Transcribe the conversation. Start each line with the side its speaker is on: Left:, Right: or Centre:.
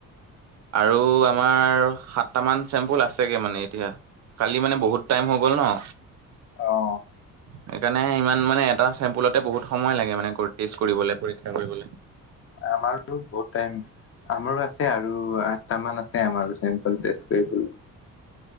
Right: আৰু আমাৰ সাতটামান চেম্পুল আছেগে মানে এতিয়া কালি মানে বহুত টাইম হৈ গ'ল ন
Left: অ অ অ
Right: সেইকাৰণে ইমান মানে এটা চেম্পুলতে বহুত সময় লাগে মানে কৰ টেষ্ট কৰিবলে পৰীক্ষা কৰিবলে।
Left: আমাৰ টো বহুত টাইম আমাৰো আছে আৰু আঠটা মান আছে আমাৰ চেম্পল টেষ্ট কৰিবলৈ।